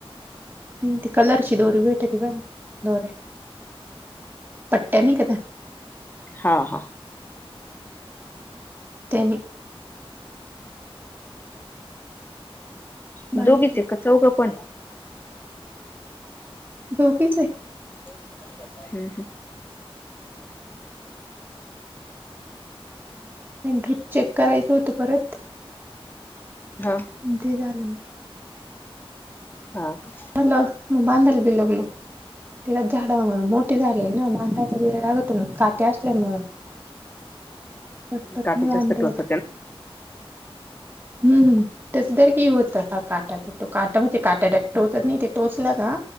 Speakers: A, on the right; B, on the left.
A: नाही त कलरची दोरी भेटी ब ना दोऱ्या. पट्ट्या नाही का त्या
B: हा हा.
A: त्यांनी बांधिते
B: ह दोघीच आहे का चौघं पण.
A: दोघेच आहे.
B: हम्म ह्. हम्.
A: आणि ड्र्रीप चेक करायचं होतं परत.
B: हा.
A: ते झालं.
B: हा का.
A: हॅलो बांधल बिलगल. त्याच्या झाडा म्हणून मोठे झाले ना मांायचा वेर लागत काटे असल्यामु. पटपटणी
B: काठी
A: बांधेत.
B: जास्त टोचते ना
A: हम्म हम. तसदर की होतं काटाचा तो काटा म्हणजे काटा टोचत नाही ते टोचला का.